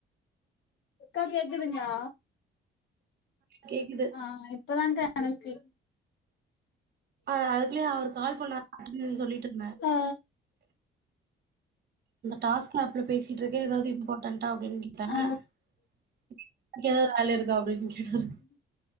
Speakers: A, on the left; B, on the right.
A: அக்கா கேக்குதுங்ளா
B: கேக்குது
A: ஆ இப்பதாங்க்கா கணக்கு
B: ஆ அதுக்குள்யே அவரு கால் பண்ண <inaudible> அப்டின்னு சொல்லிட்டு இருந்த
A: ஆ
B: இந்த டாஸ்க் ஆப்ல பேசிட்டு இருக்கே எதாவது இம்பார்ன்டா அப்டின்னு கேட்டேனா
A: ஆ
B: <unintelligible> வேல இருக்கா அப்டின்னு கேட்டாரு